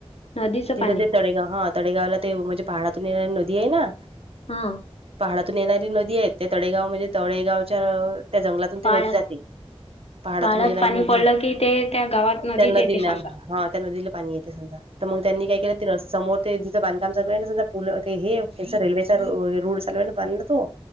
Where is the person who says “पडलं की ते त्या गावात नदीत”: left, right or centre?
Left